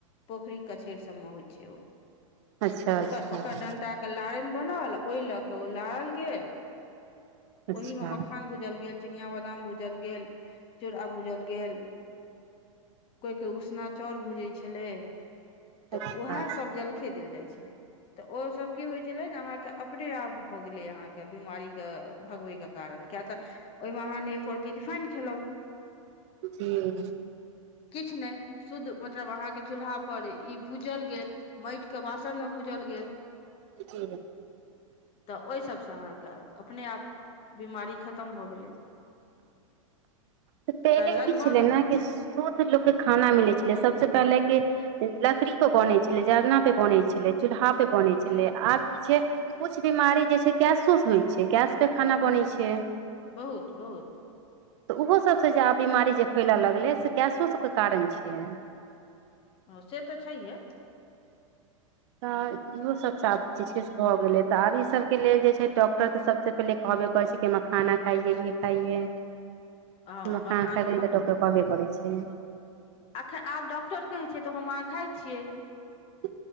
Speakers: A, on the left (about 30°); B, on the right (about 55°).
A: पोखरी कछेर सब में होइ छै ओ
B: अच्छा अच्छा
A: ओ ओकर डंटा लारेन बनल ओए लऽ के ओ लारल गेल
B: अच्छा
A: ओहि मे मखान भूजल गेल चिनिया बदाम भूजल गेल चूरा भूजल गेल कोइ कोइ उसना चाउर भूजै छलै तऽ
B: अच्छा
A: उएहसभ जलखे देल जाइ छलै तऽ ओसभ की होइ छलै जे अहाँकेँ अपने आप भऽ गेले अहाँके बीमारी के भगबे के कारण किया तऽ ओहिमे अहाँ रिफइन खेलौ
B: जी
A: किछ नय शुद्ध मतलब अहाँके चूल्हा पर ई भूजल गेल माइट के बासन मे भूजल गेल
B: <inaudible>
A: तऽ ओय सभसँ अहाँके अपने आप बिमारी खतम भऽ गेलै
B: तऽ पहिले
A: लगभग
B: की छलै ने
A: अहाँके
B: कि शुद्ध लोक के खाना मिलै छलै सबसँ पहिले कि लकड़ी पे बनै छलै जरना पे बनै छलै चूल्हा पे बनै छलै आब की छै कुछ बीमारी जे छै गैसो स होइ छै गैस पे खाना बनै छै
A: बहुत बहुत
B: तऽ ओहो सभसँ जे आब बिमारी जे फैलय लगलै से गैसो सभके कारण छै यऽ
A: अ से तऽ छैहे
B: तऽ इहो सब आब जे छै से भऽ गेले तऽ आब ई सब के लेल जे छै डॉक्टर के सबसे पहिले कहबे करय छै कि मखाना खाइयए ये खाइयए
A: हँ
B: मखाना
A: मखान
B: खा के लैल तऽ डाक्टर कहबे करै छै
A: अखन आब डॉक्टर कहै छै तऽ हम आहाँ खाय छियै
B: <inaudible>